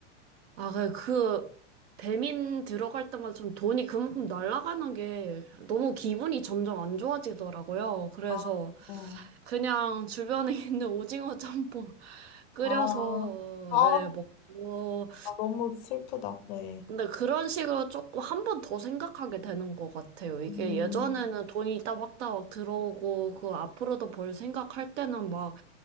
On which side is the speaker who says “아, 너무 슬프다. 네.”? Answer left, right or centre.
Left